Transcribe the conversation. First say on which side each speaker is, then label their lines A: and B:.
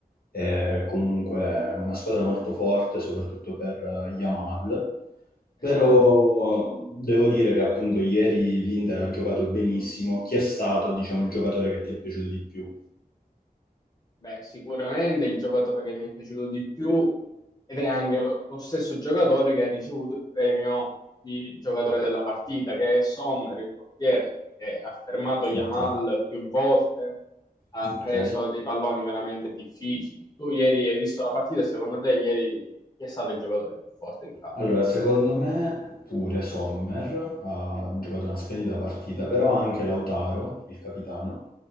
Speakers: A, on the left; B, on the left.
A: è comunque una squadra molto forte, soprattutto per eh, Yamal,
B: Esatto.
A: però devo dire che appunto ieri l'Inter ha giocato benissimo. Chi è stato, diciamo, il giocatore che ti è piaciuto di più?
B: Beh, sicuramente il giocatore che mi è piaciuto di più ed è anche lo, lo stesso giocatore che ha ricevuto il premio di giocatore della partita, che è Sommer, il portiere, che ha fermato Yamal
A: Ok,
B: più volte, ha
A: ok.
B: preso dei palloni veramente difficili. Tu ieri hai visto la partita e secondo te ieri chi è stato il giocatore più forte in campo?
A: Allora, secondo me pure Sommer ha
B: Mm,
A: giocato una splendida partita, però anche Lautaro, il capitano,